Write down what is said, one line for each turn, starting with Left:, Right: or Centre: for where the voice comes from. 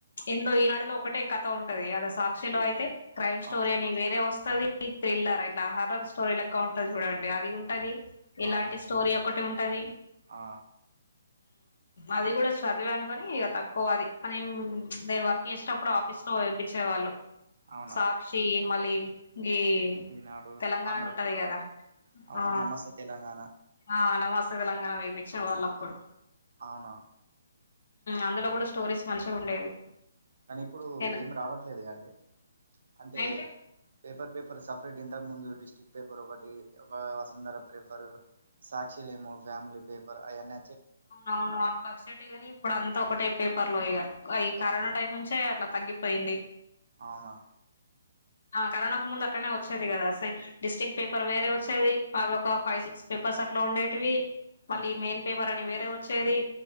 Left: ఎందో ఈనాడులో ఒకటే కథ ఉంటది అది సాక్షి లో అయితే క్రైమ్ స్టోరీ
Right: ఆ
Left: అని వేరే వస్తుంది థ్రిల్లర్ హార్రర్ స్టోరిలు ఎక్కువ ఉంటాయి చూడండి అది ఉంటది ఇలాంటి
Right: అవును
Left: స్టోరీ ఒకటి ఉంటది
Right: ఆ
Left: అది కూడ చదివాను కానీ ఇక తక్కువ అది కానీ నేను వర్క్ చేసినప్పుడు ఆఫీస్ లో వేపించేవాళ్ళు
Right: అవునా
Left: సాక్షి మళ్ళీ ఇ
Right: ఈనాడు
Left: తెలంగాణది
Right: ఆంధ్రప్రభ
Left: ఉంటది కదా
Right: అవును
Left: ఆ
Right: నమస్తే తెలంగాణ
Left: ఆ నమ తెలంగాణ వైపిచ్చి పోవళ్ళ అప్పుడు
Right: అవునా
Left: అందులో కూడ స్టోరీస్ మంచిగా ఉండేవి
Right: కానీ ఇప్పుడు
Left: నేను
Right: ఏమి రావట్లే <unintelligible> అంటే
Left: ఏంటి
Right: పేపర్ పేపర్ సపరేట్ ఇంతకు ముందు డిస్టిక్ పేపర్ ఒకటి ఒక వసుంధర పేపర్ సాక్షి <unintelligible> ఫ్యామిలీ పేపర్ అయన్ని
Left: అవునవును అట్లా వచెటివి గాని ఇప్పుడు అంతా ఒకటే పేపర్లు ఇగ ఈ కరోనా
Right: అవును
Left: టైం నుంచే అట్ల తగ్గిపోయింది
Right: అవునా
Left: ఆ కరోనాకు ముందు అట్టనే <unintelligible> వచ్చేది కదా సే డిస్తిక్ట్ పేపర్ వేరే వచ్చేది అవి ఒక ఫైవ్ సిక్స్ పేపర్స్ అట్లా ఉండేటివి మళ్ళీ
Right: ఉమ్
Left: ఈ మెయిన్ పేపర్ అని వేరే వచ్చేది